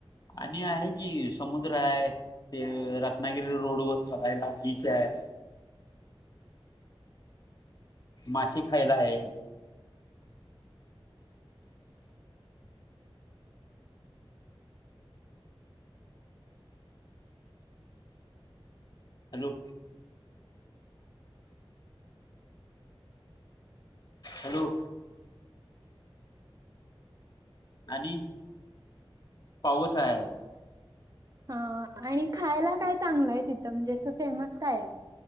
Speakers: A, on the left (about 45°); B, on the right (about 40°).
A: आणि आहे कि समुद्र आहे ते रत्नागिरी रोडवर बघायला बीच आहे. माशे खायला आहे. हॅलो! हॅलो! आणि पाऊस आहे.
B: हा आणि खायला काय चांगलंय आहे तिथं म्हणजे असं फेमस काय आहे?